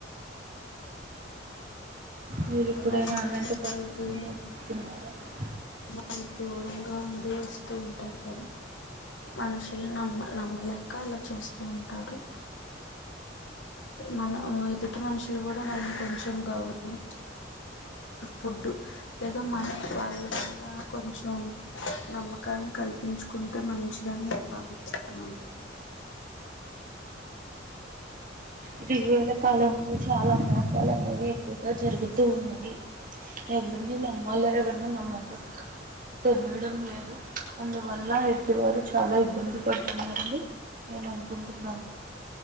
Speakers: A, on the right; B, on the left.
A: మీరు
B: మొత్తంగా
A: ఎప్పుడైనా
B: ఎందుకంటే
A: అలాంటి పరిస్థితులను
B: వాళ్ళకి
A: ఎదుర్కొన్నారా
B: వాళ్ళు దూరంగా ఉండి వస్తూ ఉంటారు కదా మనుషులు నమ్మ నమ్మలే అలా చేస్తూ ఉంటారు మన ఎదుటి మనుషులు కూడా వాళ్ళని కొంచెం గౌరవ ఫుడ్ లేదా మన వాళ్ళ మీద కొంచెం నమ్మకాన్ని కల్పించుకుంటే మంచిదని నేను భావిస్తున్నాను
A: ఇదివేల కాలం చాలా మోసాలనేవి జరుగుతూ ఉన్నది ఎవరిని నమ్మలో ఎవరిని నమ్మకు తెలియడం లేదు అందువల్ల ఇటివారు చాలా ఇబ్బంది పడుతున్నారని నేను అనుకుంటున్నాను